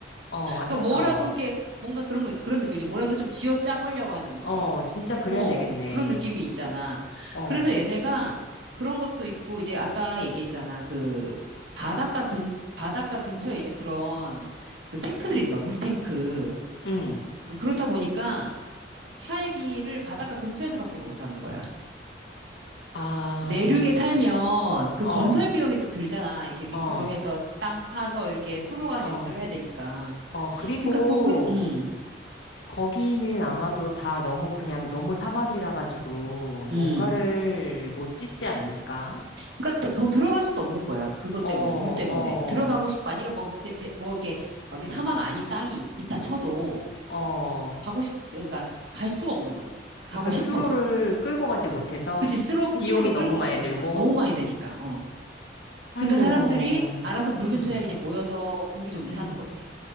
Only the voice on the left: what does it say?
어, 안타까워.
어, 진짜 그래야
되겠네.
어,
음,
아,
어,
어,
어,
어, 그리고,
거기는 아마도 다 너무 그냥 너무 사막이라 가지고
뭔가를 못 짓지 않을까?
어,
어,
어.
그러니까
수로를 끌고 가지 못해서
비용이
너무
많이
들고,
아이고,
음,
음.